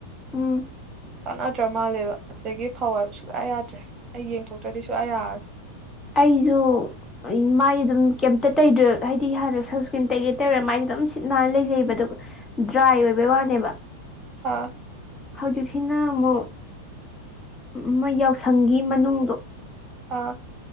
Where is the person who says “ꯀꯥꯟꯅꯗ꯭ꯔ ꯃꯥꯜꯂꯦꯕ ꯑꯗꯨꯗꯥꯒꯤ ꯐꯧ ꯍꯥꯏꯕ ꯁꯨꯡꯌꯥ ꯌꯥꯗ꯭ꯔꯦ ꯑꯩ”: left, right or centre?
Right